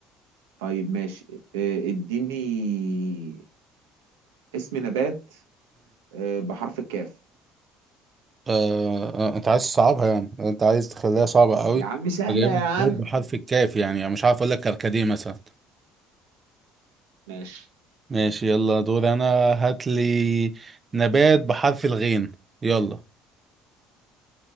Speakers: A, on the right; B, on the right.
A: طيب ماشي إيه اديني اسم نبات إيه بحرف الكاف
B: آه، آه، انت عايز تصعبها يعني انت عايز تخليها صعبة قوي
A: يا عم سهلة
B: فجايب
A: يا
B: لي بيت
A: عم
B: بحرف الكاف يعني يعني مش عارف اقول لك كركديه مثلا
A: ماشي
B: ماشي يلا دور انا هات لي نبات بحرف الغين يلا